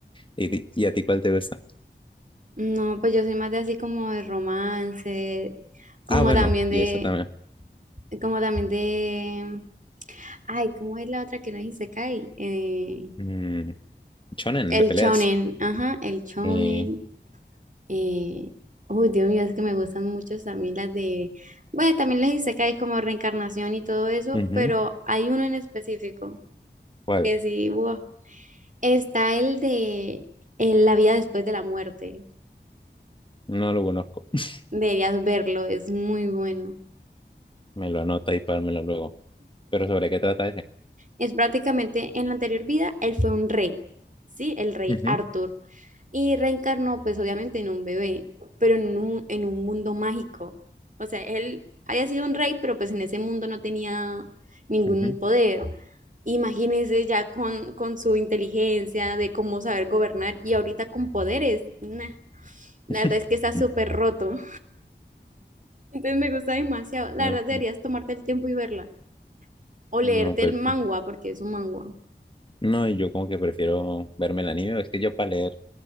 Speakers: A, on the left; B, on the right.
A: ¿Y, ti- y a ti cuál te gusta?
B: No, pues yo soy más de así como de romance, como
A: Ah, bueno,
B: también
A: y
B: de...
A: eso también.
B: Como también de... Ay, ¿cómo es la otra que no dice Kai? Eh,
A: Mm, shonen
B: el
A: de peleas.
B: shonen. Ajá, el shonen.
A: Eh,
B: Eh... Uy, Dios mío, es que me gustan mucho también las de... Bueno, también les dice Kai como reencarnación y todo eso,
A: ujú.
B: pero hay uno en específico
A: ¿Cuál?
B: que sí, wow, Está el de eh, La vida después de la muerte.
A: No lo conozco. <laughs>
B: Deberías verlo, es muy bueno.
A: Me lo anota y pármelo luego. Pero ¿sobre qué trata ese?
B: Es prácticamente en la anterior vida, él fue un rey, ¿sí? El rey
A: Ujú,
B: Arthur. Y reencarnó, pues obviamente, en un bebé, pero en un, en un mundo mágico. O sea, él había sido un rey, pero pues en ese mundo no tenía ningún
A: ujú.
B: poder. Imagínense ya con, con su inteligencia de cómo saber gobernar y ahorita con poderes. Nah, la
A: <laughs>
B: verdad es que está súper roto. Entonces me gusta demasiado. La
A: Eh,
B: verdad, deberías tomarte el tiempo y verla. O leerte
A: No, pues.
B: el manga porque es un manga.
A: No, y yo como que prefiero verme el anime. Es que yo para leer